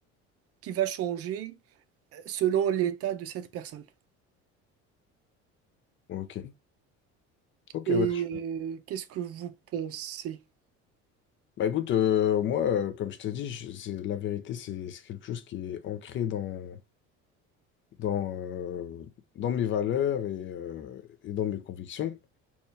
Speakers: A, on the right; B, on the left.
A: qui va changer euh, selon l'état de cette personne.
B: Ok. Ok,
A: Et
B: ouais.
A: euh, qu'est-ce que vous pensez?
B: Bah écoute, euh, moi, euh, comme je t'ai dit, je- c'est, la vérité, c'est c'est quelque chose qui est ancré dans, dans, euh, dans mes valeurs et, euh, et dans mes convictions.